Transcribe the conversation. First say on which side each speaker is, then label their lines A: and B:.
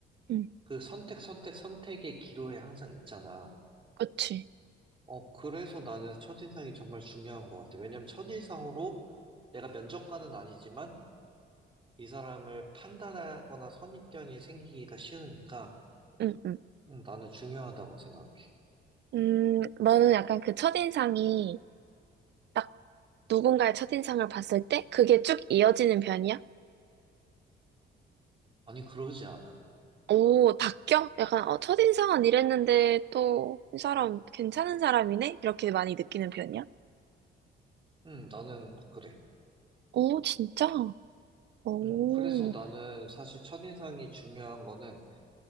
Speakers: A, on the right (about 60°); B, on the right (about 25°).
A: 응,
B: 그 선택, 선택, 선택의 기로에 항상 있잖아.
A: 그치.
B: 어, 그래서 나는 첫인상이 정말 중요한 것 같아. 왜냐면 첫인상으로 내가 면접관은 아니지만 이 사람을 판단하거나 선입견이 생기기가 쉬우니까
A: 응, 응.
B: 음, 나는 중요하다고 생각해.
A: 음, 너는 약간 그 첫인상이 딱 누군가의 첫인상을 봤을 때 그게 쭉 이어지는 편이야?
B: 아니, 그러지 않아.
A: 오, 바뀌어? 약간 어, 첫인상은 이랬는데 또 이 사람 괜찮은 사람이네? 이렇게 많이 느끼는 편이야?
B: 음, 나는 그래.
A: 오, 진짜? 오,
B: 음, 그래서 나는 사실 첫인상이 중요한 거는